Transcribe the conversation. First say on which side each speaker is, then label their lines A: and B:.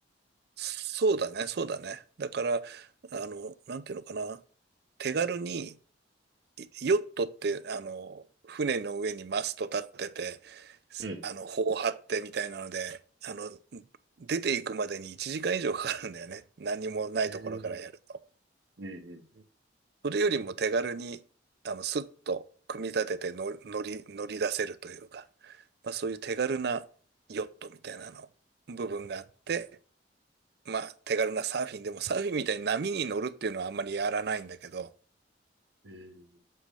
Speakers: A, on the right; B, on the right.
A: そうだね、そうだね。だから、あの、なんていうのかな。手軽に、いヨットって、あの、船の上にマスト立てて、すあの、
B: うん。
A: 帆を張ってみたいなので、あの、出ていくまでに1時間以上かかるんだよね。何もないところからやると。
B: うん、うん、うん。
A: それよりも手軽に、あの、スッと組み立てての乗り、乗り出せるというか、まあそういう手軽なヨットみたいなの、部分があって、まあ手軽なサーフィンでもサーフィンみたいに波に乗るっていうのはあんまりやらないんだけど、
B: うん。うん